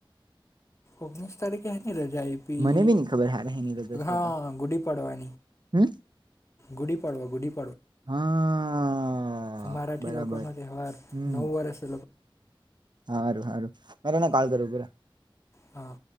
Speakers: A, on the left; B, on the right.
A: ઓગણીસ તારીખે હેની રજા આઇપી
B: મને બી નઈ ખબર હારા હેની લગો છે
A: હા
B: તો
A: ગુડી પાડવા.
B: હમ
A: ગુડી પડવા ગુડી
B: હા
A: મરાઠી
B: બરાબર
A: લોકો નો તહેવાર
B: હમ
A: નવુ વરસ.
B: હારું હારું. મેરે ને કાલ કરું <unintelligible>
A: હા